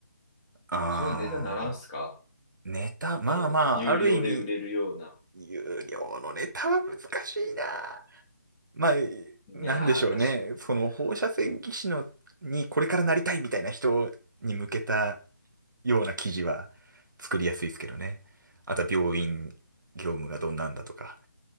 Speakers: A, on the right; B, on the left.
A: あ
B: そんなネタならんすか
A: ー、ネタ、まあまあ、
B: その、有料で売れるような。
A: ある意味、有料のネタは難しいな。まあ、
B: いやー、
A: なんでしょうね。
B: 確かにな。
A: その放射線技師のにこれからなりたいみたいな人に向けたような記事は作りやすいですけどね。あとは病院業務がどんなんだとか。